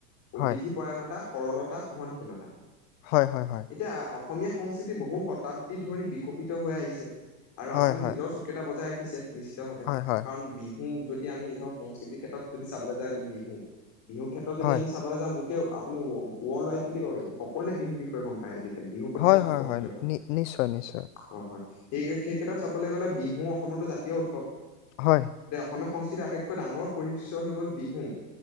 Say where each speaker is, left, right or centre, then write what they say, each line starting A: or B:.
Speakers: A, on the left (about 40°); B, on the left (about 60°).
A: অতিথি,
B: হয়
A: পয়ণতা সৰলতা সহনশীলতা।
B: হয় হয় হয়।
A: এতিয়া অসমীয়া সংস্কৃতি বহু শতাব্দী ধৰি বিকশিত হৈ আহিছে আৰু
B: হয়
A: আজিও
B: হয়
A: নিজৰ, কেইটা বজাই ৰাখিছে নিশ্চিতভাৱে
B: হয় হয়
A: কাৰণ বি বিহু যদি আমি ধৰক সংস্কৃতিৰ ক্ষেত্ৰত যদি চাবলৈ যায় বিহু বিহু ক্ষেত্ৰত যদি
B: হয়
A: আমি চা যাওঁ গোটেই আপু ৱৰ্ল্ড ৱাইড বুলি ক সকলোৱে বিহু বিষয়ে গম পায় আজি। বিহুৰ প্ৰতি
B: হয়
A: চব আকৰ্ষিত হয়।
B: নি নিশ্চয় নিশ্চয়
A: অ হয় সেই সেই ক্ষেত্ৰত চাবলৈ গ'লে বিহু অসমতো জাতীয় উৎসৱ।
B: হয়।
A: এতিয়া অসমীয়া সংস্কৃতিৰ আটাইতকৈ ডাঙৰ পৰিশ্য হৈ গল বিহু।